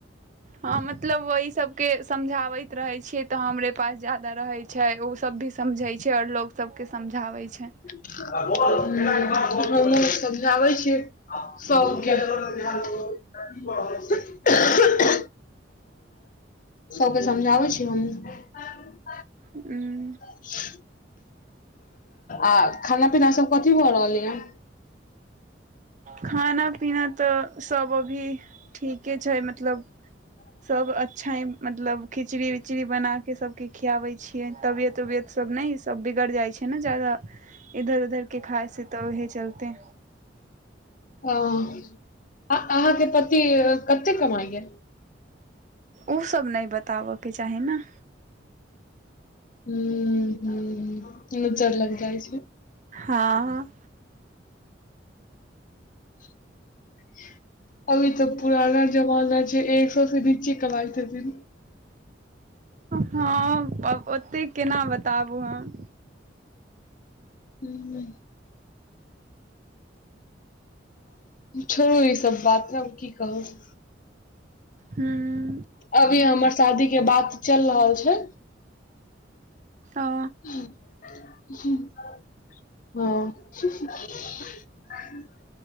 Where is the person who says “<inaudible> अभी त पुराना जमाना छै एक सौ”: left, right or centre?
Left